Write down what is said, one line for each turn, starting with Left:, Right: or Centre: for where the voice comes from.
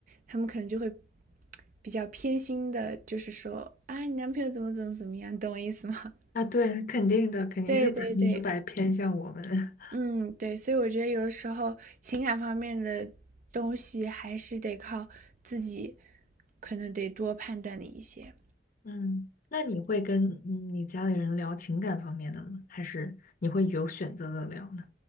Right: 他们可能就会比较偏心的，就是说啊，你男朋友怎么怎么怎么样，懂我意思吗？
Left: 啊，对，肯定的，
Right: <laughs>
Left: 肯定是百分之百偏向我们。
Right: 对对对，嗯，对，所以我觉得有的时候情感方面的东西还是得靠自己，可能得多判断的一些。
Left: 嗯，那你会跟嗯你家里人聊情感方面的吗？还是你会有选择的聊呢？